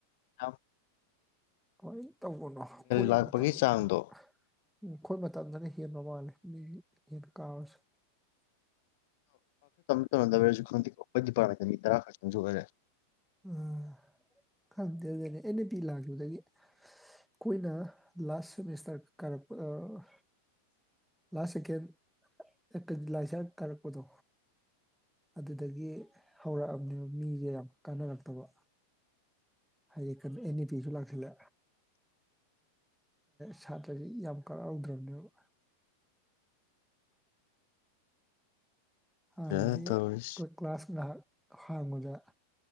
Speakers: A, on the left; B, in the centre.
A: ꯌꯥꯎ-
B: ꯍꯣꯏꯇ ꯇꯧꯕꯅꯣ ꯑꯈꯣꯏ
A: ꯂꯥꯛꯄꯒꯤ
B: ꯃꯇꯝ
A: ꯆꯥꯡꯗꯣ
B: ꯑꯥ- ꯎꯨꯝ ꯈꯣꯏꯃ- ꯇꯝꯗꯅ ꯍꯦꯟꯕ ꯃꯥꯜꯂꯦ ꯃꯤ ꯍꯦꯟꯅ ꯀꯥꯕꯁꯨ
A: ꯂꯩꯔꯝꯗꯔꯁꯨ ꯈꯪꯗꯦꯀꯣ ꯑꯩꯈꯣꯏ ꯗꯤꯄꯥꯔꯠꯃꯦꯟꯇ ꯃꯤ ꯇꯔꯥ ꯈꯛꯇꯪꯁꯨ ꯑꯣꯏꯔꯦ
B: ꯎꯨꯝ-ꯈꯪꯗꯦ ꯑꯗꯨꯗꯤ ꯑꯦꯟ-ꯑꯦ-ꯄꯤ ꯂꯥꯛꯈꯤꯕꯗꯒꯤ ꯑꯩꯈꯣꯏꯅ ꯂꯥꯁ ꯁꯦꯃꯤꯁꯇꯔ ꯀꯥꯔꯛꯄ ꯑꯥ- ꯂꯥꯁ ꯁꯦꯀꯦꯟ ꯑꯦꯕꯤꯂꯥꯏꯁꯔ ꯀꯥꯔꯛꯄꯗꯣ ꯑꯗꯨꯗꯒꯤ ꯍꯧꯔꯛꯑꯕꯅꯦꯕ ꯃꯤꯖꯦ ꯌꯥꯝ ꯀꯥꯟꯅꯔꯛꯇꯣꯕ ꯍꯥꯏꯗꯤ ꯀ ꯑꯦꯟ-ꯏ-ꯄꯤꯁꯨ ꯂꯥꯛꯁꯤꯜꯂꯦ ꯁꯥꯇ꯭ꯔꯁꯤ ꯌꯥꯝ ꯀꯔꯛꯍꯧꯗ꯭ꯔꯕꯅꯦꯕ ꯍꯥꯟꯅꯗꯤ
A: ꯐꯖꯅ ꯇꯧꯔꯤꯁꯤ
B: ꯀꯂ-ꯀ꯭ꯂꯥꯁ ꯉꯍꯥꯛ ꯑꯍꯥꯡꯕꯗ